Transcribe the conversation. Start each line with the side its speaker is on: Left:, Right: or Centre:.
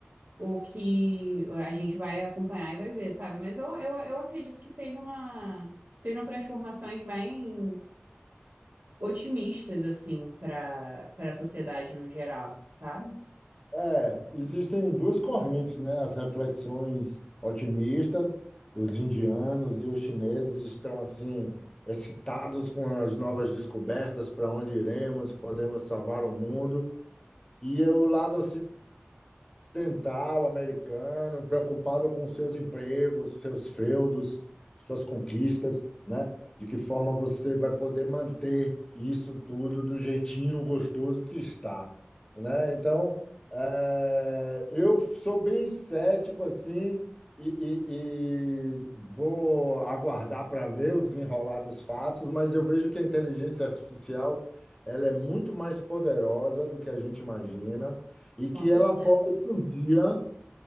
Right: o que a gente vai acompanhar e vai ver, sabe? Mas eu, eu, eu acredito que seja uma, sejam transformações bem otimistas, assim, para para a sociedade no geral, sabe?
Left: É, existem duas correntes, né? As reflexões otimistas, os indianos e os chineses estão assim excitados com as novas descobertas, para onde iremos, podemos salvar o mundo. E o lado dental americano, preocupado com seus empregos, seus feudos, suas conquistas, né? De que forma você vai poder manter isso tudo do jeitinho gostoso que está, né? Então, eh, eu sou bem cético assim e, e- e vou aguardar para ver o desenrolar dos fatos, mas eu vejo que a inteligência artificial ela é muito mais poderosa do que a gente imagina e que
Right: Com
Left: ela
Right: certeza.
Left: pode, por dia,